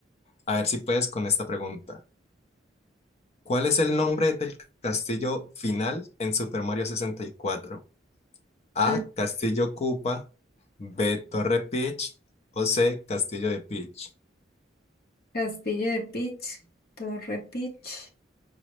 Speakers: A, on the left (about 35°); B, on the left (about 55°).
A: A ver si puedes con esta pregunta. ¿Cuál es el nombre del castillo final en Super Mario 64? A.
B: Mm,
A: Castillo Koopa. B. Torre Peach. O C. Castillo de Peach.
B: Castillo de Peach, Torre Peach.